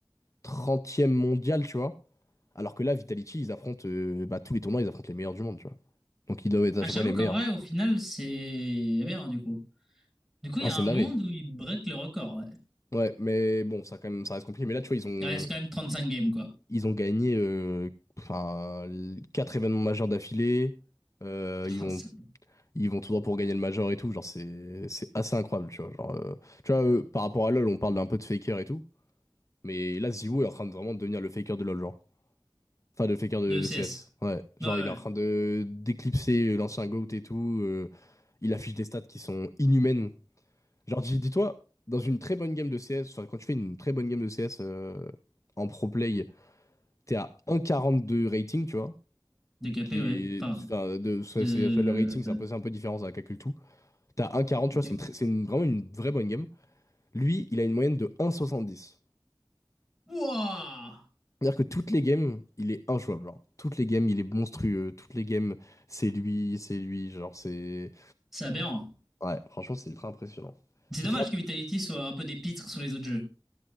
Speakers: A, on the left; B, in the centre.
A: 30e tu vois. Alors que là, Vitality, ils affrontent euh, bah, tous les tournois, ils affrontent les meilleurs du monde, tu vois. Donc ils doivent être à
B: Ah,
A: chaque
B: j'avoue
A: fois les
B: qu'en
A: meilleurs.
B: vrai, au final, c'est aberrant du coup. Du coup, il
A: Ah,
B: y a
A: c'est
B: un
A: narré.
B: monde où il break le record, ouais.
A: Ouais, mais bon, ça quand même, ça reste compliqué. Mais là, tu vois, ils ont,
B: Il reste quand même 35 games, quoi.
A: ils ont gagné euh, enfin, l- quatre événements majeurs d'affilée. Euh,
B: <laughs>
A: ils vont,
B: Oh, c'est-
A: ils vont tout droit pour gagner le major et tout. Genre, c'est, c'est assez incroyable, tu vois. Genre, euh, tu vois, eux, par rapport à LoL, on parle d'un peu de faker et tout. Mais là, Ziwoo est en train de vraiment devenir le faker de LoL, genre. Enfin, de faker de,
B: de
A: de
B: CS.
A: CS. Ouais.
B: Ouais,
A: Genre,
B: ouais.
A: il est en
B: ouais.
A: train de d'éclipser euh, l'ancien GOAT et tout. euh, il affiche des stats qui sont inhumaines. Genre, dis- dis-toi, dans une très bonne game de CS, enfin, quand tu fais une très bonne game de CS euh, en pro play, t'es à 1,42 rating, tu vois.
B: De KP,
A: Ce Qui
B: ouais. Enfin,
A: est, enfin, de, ça,
B: de...
A: c'est- ça, le rating, c'est un peu, c'est un peu différent, ça calcule tout. T'as 1,40,
B: Ok.
A: tu vois, c'est une, très- c'est une- vraiment une vraie bonne game. Lui, il a une moyenne de 1,70.
B: Wouah!
A: C'est-à-dire que toutes les games, il est injouable, genre. Toutes les games, il est monstrueux. Toutes les games, c'est lui, c'est lui, genre c'est...
B: C'est aberrant.
A: Ouais, franchement, c'est ultra impressionnant.
B: C'est
A: Tu
B: dommage
A: te rappelles-
B: que Vitality soit un peu des pitres sur les autres jeux.